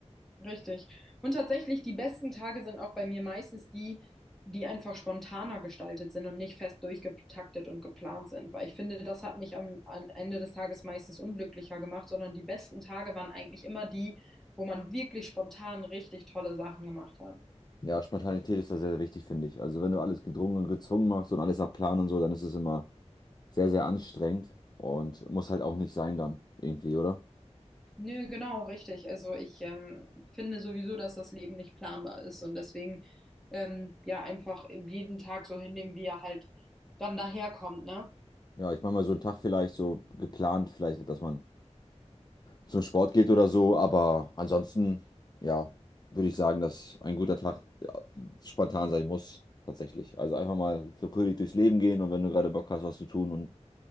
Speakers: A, in the centre; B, on the left.
A: Richtig. Und tatsächlich, die besten Tage sind auch bei mir meistens die, die einfach spontaner gestaltet sind und nicht fest durchgetaktet und geplant sind. Weil ich finde, das hat mich am, am Ende des Tages meistens unglücklicher gemacht, sondern die besten Tage waren eigentlich immer die, wo man wirklich spontan richtig tolle Sachen gemacht hat.
B: Ja, Spontanität ist da sehr, sehr wichtig, finde ich. Also wenn du alles gedrungen und gezwungen machst und alles nach Plan und so, dann ist es immer sehr, sehr anstrengend und muss halt auch nicht sein dann irgendwie, oder?
A: Nö, genau, richtig. Also ich ähm, finde sowieso, dass das Leben nicht planbar ist und deswegen ähm, ja einfach jeden Tag so hinnehmen, wie er halt dann daherkommt, ne?
B: Ja, ich meine mal so einen Tag vielleicht so geplant, vielleicht, dass man zum Sport geht oder so, aber ansonsten, ja, würde ich sagen, dass ein guter Tag ja, spontan sein muss, tatsächlich. Also einfach mal für fröhlich durchs Leben gehen und wenn du gerade Bock hast, was zu tun und